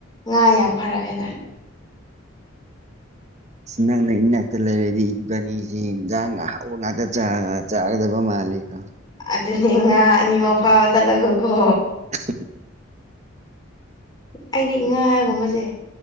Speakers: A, on the left (about 20°); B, on the right (about 35°).
A: ꯉꯥ ꯌꯥꯝ ꯐꯔꯛꯑꯦꯗ
B: ꯅꯪꯅ ꯏꯅꯥꯛꯇ ꯂꯩꯔꯗꯤ ꯏꯕꯥꯅꯤꯁꯤ ꯏꯟꯖꯥꯡ ꯑꯍꯥꯎꯕ ꯉꯥꯛꯇ ꯆꯥꯒꯗꯕ ꯃꯥꯜꯂꯦꯀꯣ
A: ꯑꯗꯨꯗ ꯅꯤꯡꯉꯅꯤꯉ ꯐꯥꯎꯕ ꯆꯂꯒꯒꯣ
B: ꯎ
A: ꯑꯩꯗꯤ ꯉꯥꯒꯨꯝꯕꯁꯦ